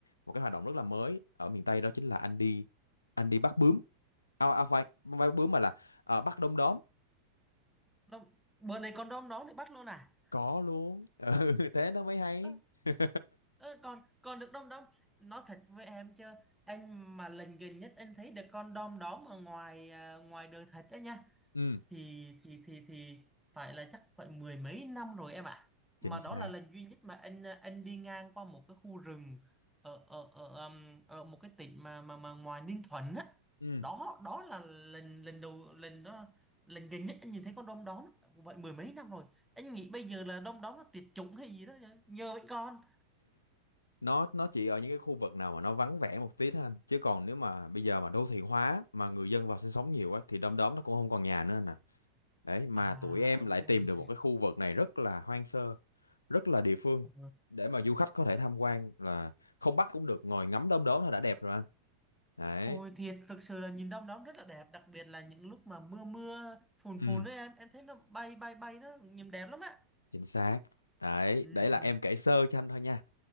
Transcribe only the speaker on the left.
một cái hoạt động rất là mới ở miền Tây đó chính là anh đi anh đi bắt bướm à, à phải không phải bắt bướm mà là à, bắt đom đóm
có luôn <laughs> ừ, thế nó mới hay
<laughs>
ừ
chính
xác
ừ
nó nó chỉ ở những cái khu vực nào mà nó vắng vẻ một tí thôi anh chứ còn nếu mà bây giờ mà đô thị hóa mà người dân vào sinh sống nhiều á thì đom đóm nó cũng không còn nhà nữa anh à đấy mà
tụi em
lại
tìm được
một cái khu vực này rất là hoang sơ rất là địa phương
để mà du khách có thể tham quan là không bắt cũng được ngồi ngắm đom đóm là đã đẹp rồi anh đấy
Ừ.
chính xác đấy
đấy là em kể sơ cho anh thôi nha